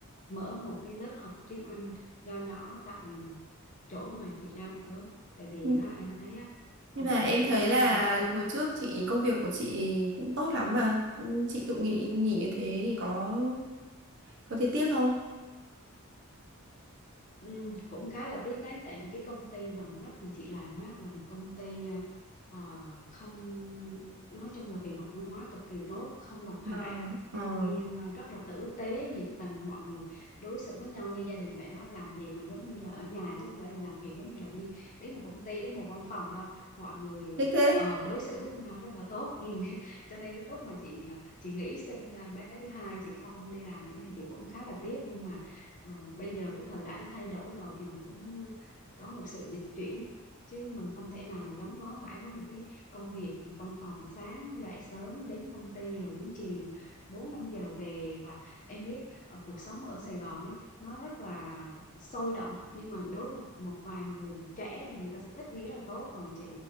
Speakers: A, on the left; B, on the right.
A: mở một cái lớp học tiếng Anh nho nhỏ tại chỗ mà chị đang ở tại vì
B: vâng
A: á, em thấy á, ờ,
B: Nhưng mà em
A: ở
B: thấy
A: những cái
B: là
A: khu vực
B: hồi trước chị công việc của chị cũng tốt lắm mà. Ừ, Chị tự nghĩ nghỉ như thế thì có có thấy tiếc không?
A: Ừ, cũng khá là tiếc đấy tại vì cái công ty gần nhất mà chị làm á là một công ty ờ, không nói chung là về mặt văn hóa cực kỳ tốt không độc hại
B: Vâng,
A: nhân
B: ờ,
A: viên ờ, rất là tử tế nhiệt tình mọi người đối xử với nhau như gia đình vậy đó làm việc mà giống như là ở nhà chứ không phải là làm việc giống như là đi đến một công ty đến một văn phòng đâu mọi người
B: thích thế.
A: ờ, đối xử với nhau rất là tốt ừ. <laughs> cho nên lúc mà chị ờ, chị nghĩ xin ờ, bé thứ hai chị không đi làm nữa thì chị cũng khá là tiếc nhưng mà Ờ, bây giờ cái thời đại nó thay đổi rồi thì mình cũng có một sự dịch chuyển chứ mình không thể nào mà gắn bó mãi với một cái công việc văn phòng sáng dậy sớm đến công ty rồi đến chiều 4 5 giờ về và em biết ở cuộc sống ở Sài Gòn ấy nó rất là sôi động nhưng mà đối với một vài người mà trẻ thì người ta sẽ thích nghĩ là tốt còn chị